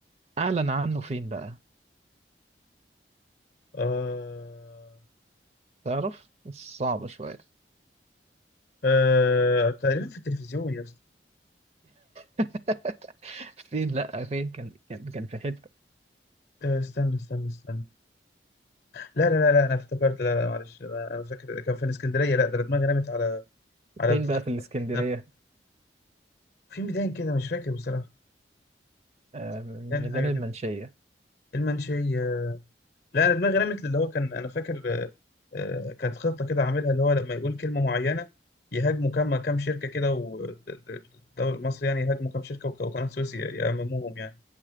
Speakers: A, on the right (about 35°); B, on the left (about 50°).
A: أعلن عنه فين بقى؟
B: آه،
A: تعرف؟ صعبة شوية
B: آه، تقريبا في التلفزيون يا اسطى
A: <laughs> فين لا فين كان كان كان في حتة
B: آه، استنى استنى استنى لا لا لا لا انا افتكرت لا لا معلش انا أنا فاكر كان في الاسكندريه لا ده أنا دماغي رمت على على
A: فين
B: التخ-
A: بقى في
B: التخطيط
A: الإسكندرية
B: نفسه في ميدان كده مش فاكر بصراحه
A: آه،
B: يعني
A: ميدان
B: حاجه
A: المنشية
B: كده المنشيه لا دماغي رمت اللي هو كان انا فاكر آه، كانت خطه كده عاملها اللي هو لما يقول كلمه معينه يهاجموا كام كام شركه كده والدوري المصري يعني يهاجموا كام شركه وك- وقناه سويس ي- يأمموهم يعني